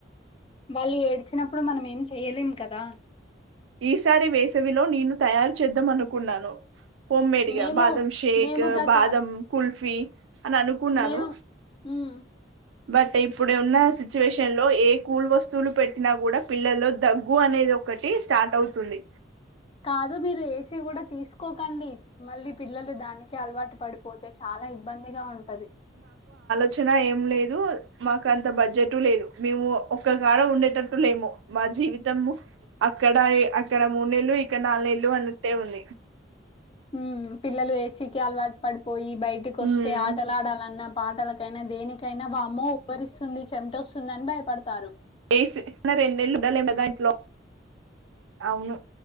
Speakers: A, on the left; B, on the right.
A: వాళ్ళు ఏడ్చినప్పుడు మనం ఏం చెయలేం కదా
B: ఈసారి వేసవిలో నేను తయారు చేద్దాం అనుకున్నాను హోమ్ మేడ్గా
A: మేము
B: బాదం షేక్
A: మేము గత
B: బాదం కుల్ఫీ అని అనుకున్నాను
A: మేము మ్మ్
B: బట్ ఇప్పుడు ఉన్న సిచ్యువేషన్ లో ఏ కూల్ వస్తువులు పెట్టినా కూడా పిల్లల్లో దగ్గు అనే అనేది ఒకటి స్టార్ట్ అవుతుంది
A: కాదు మీరు ఏసీ కూడా తీసుకోకండి మళ్ళీ పిల్లలు దానికే అలవాటు పడిపోతు అయితే చాలా ఇబ్బందిగా ఉంటది
B: వచ్చిన ఏం లేదు మాకు అంత బడ్జెట్ లేదు మేము ఒక్క కాడా ఉండేటట్టు లేము మా జీవితం అక్కడ అక్కడ మూడు నెళ్లు ఇక్కడ నాలుగు నెలు అన్నట్టే ఉంది
A: హ్మ్ పిల్లలు ఏసీకి అలవాటు పడిపోయి బయటికి వస్తే
B: హ్మ్.
A: ఆటలాడాలన్న పాటల కైనా దేనికైనా వా అమ్మ ఉబ్బరిస్తుంది చెమిట వస్తుంది అని భయపడతారు
B: వ రొండు నెలలు ఉండలేం కథ ఇంట్లో అవును